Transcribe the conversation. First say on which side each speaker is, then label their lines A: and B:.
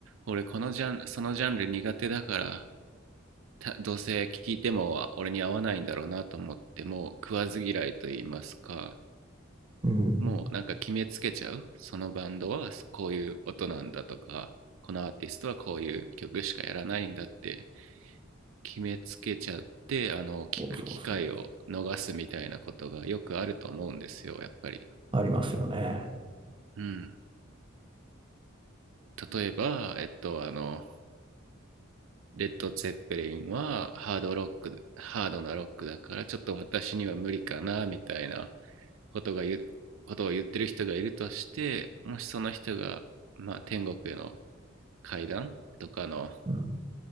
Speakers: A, on the right (about 70°); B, on the right (about 25°).
A: 俺このジャンそのジャンル苦手だからどうせ聴いても俺に合わないんだろうなと思っても食わず嫌いと言いますか
B: うん、
A: もうなんか決めつけちゃう。そのバンドはこういう音なんだとか、このアーティストはこういう曲しかやらないんだって決めつけちゃって、あの、聞く機会を逃すみたいなことがよくあると思うんですよ、
B: そうそうそう。
A: やっぱり。
B: ありますよね。
A: うん。例えば、えっと、あの、レッド・ツェッペリンはハードロック、ハードなロックだからちょっと私には無理かな、みたいなことが言う、ことを言ってる人がいるとして、もしその人が、まあ、天国への階段とかの
B: うん、